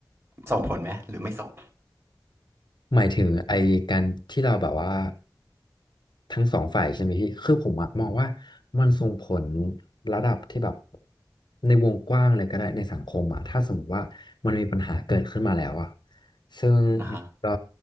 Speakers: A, on the right (about 35°); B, on the left (about 75°).
A: ส่งผลไหมหรือไม่ส่ง
B: หมายถึงไอ้การที่เราแบบว่าทั้งสองฝ่ายใช่ไหมพี่คือผมอะมองว่ามันส่งผลระดับที่แบบในวงกว้างเลยก็ได้ในสังคมอะถ้าสมมติว่ามันมีปัญหาเกิดขึ้นมาแล้วอะ ซึ่ง
A: อ่าฮะ
B: ก็